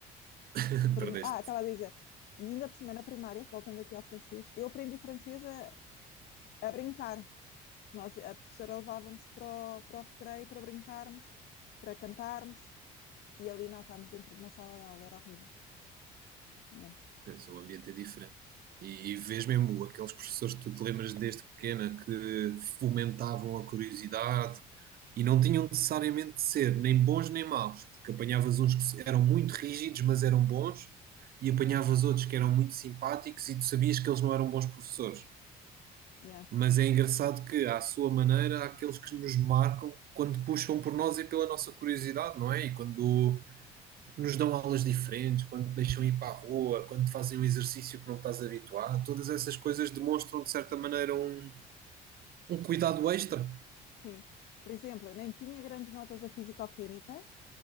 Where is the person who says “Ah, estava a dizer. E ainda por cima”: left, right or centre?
Left